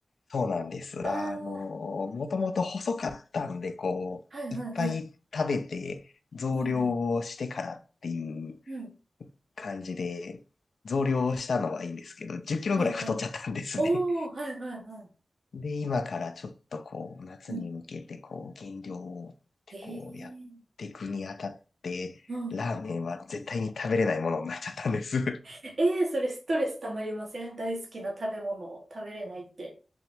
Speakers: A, on the left; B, on the right.
A: そうなんです。
B: ああ
A: あの、もともと細かったんで、こう、
B: はいはいは
A: いっぱい食べて増量をしてからっていう
B: い。うんうん。うん。
A: 感じで、増量をしたのはいいんですけど、10キロぐらい太っちゃったんですね。
B: はいはい。おー、はいはいはい。
A: で、今からちょっとこう、夏に向けてこう、
B: うん。
A: 減量をってこう、
B: へえ。
A: やっていくにあたって、
B: うん
A: ラーメンは絶対に食べれないものになっちゃったんです。
B: ええーそれストレスたまりません大好きな食べ物を食べれないって。